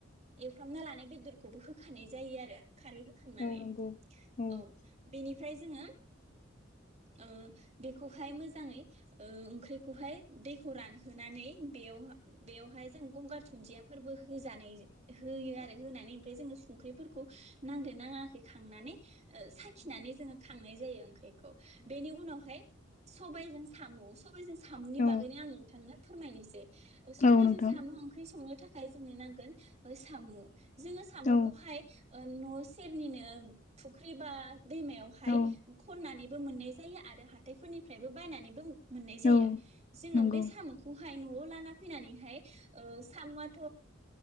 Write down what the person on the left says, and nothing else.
नंगौ
औ
औ नोंथां
औ
औ
औ
नंगौ